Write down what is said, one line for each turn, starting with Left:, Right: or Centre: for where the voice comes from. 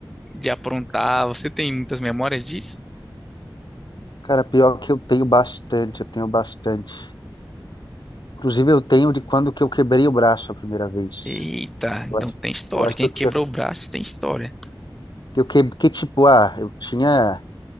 Centre: de aprontar, você tem muitas memórias disso?
Left: Cara, pior que eu tenho bastante, eu tenho bastante. Inclusive, eu tenho de quando que eu quebrei o braço a primeira vez.
Centre: Eita, então
Left: Eu acho,
Centre: tem história.
Left: eu acho
Centre: Quem
Left: que eu
Centre: quebrou
Left: tinha,
Centre: o braço tem história.
Left: que eu que, que tipo, ah, eu tinha,